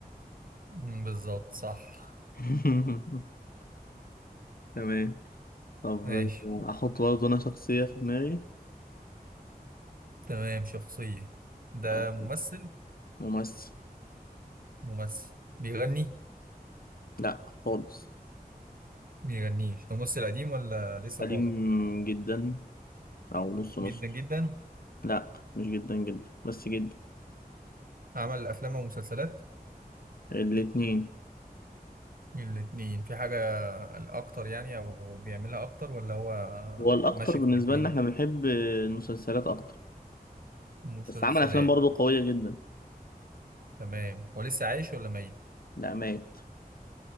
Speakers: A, on the right (about 65°); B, on the left (about 65°).
A: مم، بالظبط صح
B: <laughs> تمام طب
A: ماشي
B: أحط برضه أنا شخصية في دماغي
A: تمام شخصية ده
B: أو
A: ممثل
B: ممثل
A: ممثل بيغني
B: لأ خالص
A: بيغنيش ده ممثل قديم ولا لسه
B: قديم
A: طالع
B: جدا أو نص نص
A: جدا جدا
B: لأ مش جدا جدا بس جدا
A: عمل افلام ومسلسلات
B: الاتنين
A: الاتنين في حاجة الاكتر يعني او بيعملها اكتر ولا هو
B: هو الأكتر
A: ماشي
B: بالنسبة
A: في الاتنين
B: لنا إحنا بنحب المسلسلات أكتر
A: مسلسلات
B: بس عمل أفلام برضه قوية جدا
A: تمام هو لسه عايش ولا ميت
B: لأ مات